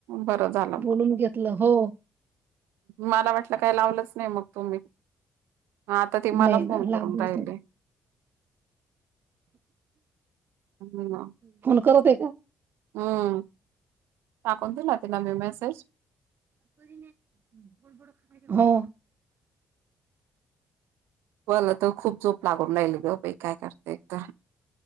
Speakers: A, on the right; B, on the right.
A: बरं झालं
B: बोलून
A: म.
B: घेतलं हो
A: मला वाटलं काय लावलंच नाही मग तुम्ही. हा आता ते मला
B: नाही ना
A: फोन
B: लावलं
A: करून राहिले.
B: होत
A: <unintelligible>
B: फोन करत आहे का?
A: हम्म टाकून दिला तिला मी मेसेज.
B: बरी नाही <inaudible> हो.
A: मला तर खूप झोप लागून राहिली गं बाई काय करते तर